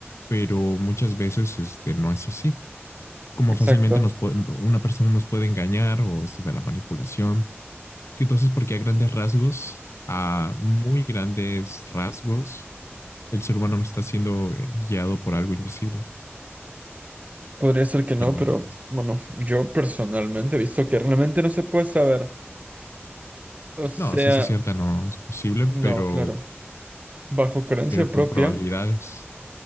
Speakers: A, on the left; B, on the right.
A: pero muchas veces este, no es así. Como
B: exacto.
A: fácilmente nos puede- una persona nos puede engañar o esto de la manipulación. Que entonces, porque a grandes rasgos, a muy grandes rasgos, el ser humano no está siendo eh, guiado por algo invisible,
B: Podría ser que no,
A: llamémoslo
B: pero
A: de esto.
B: bueno, yo personalmente he visto que realmente no se puede saber. O sea,
A: No, ciencia cierta no es posible,
B: no,
A: pero,
B: claro. Bajo creencia
A: pero
B: propia,
A: con probabilidades.